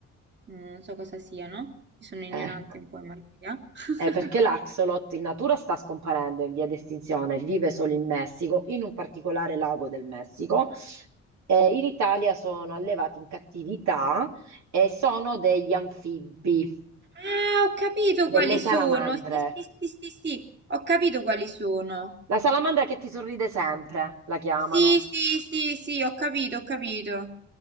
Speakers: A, on the right; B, on the right.
A: Mm, non so cosa siano, sono ignorante
B: Ecco.
A: un po' in materia. <laughs>
B: Eh, perché l'axolot in natura sta scomparendo in via di estinzione, vive solo in Messico, in un particolare lago del Messico. Eh, in Italia sono allevati in cattività e sono degli anfibi,
A: Ah, ho capito quali
B: delle salamandre.
A: sono. Sì, sì, sì, sì, sì, ho capito quali sono.
B: La salamandra che ti sorride sempre, la chiamano.
A: Sì, sì, sì, sì, ho capito, ho capito.